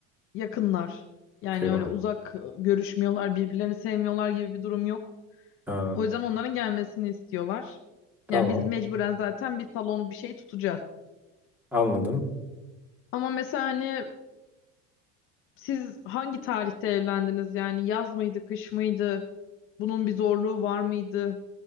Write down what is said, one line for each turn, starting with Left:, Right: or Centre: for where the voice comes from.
Left: yakınlar. Yani
Centre: eyvah.
Left: öyle uzak e, görüşmüyorlar, birbirlerini sevmiyorlar gibi bir durum yok.
Centre: Ha,
Left: O yüzden onların gelmesini istiyorlar.
Centre: Tamam,
Left: Yani biz mecburen zaten bir salon bir şey tutacağız.
Centre: anladım.
Left: Ama mesela hani siz hangi tarihte evlendiniz? Yani yaz mıydı, kış mıydı? Bunun bir zorluğu var mıydı?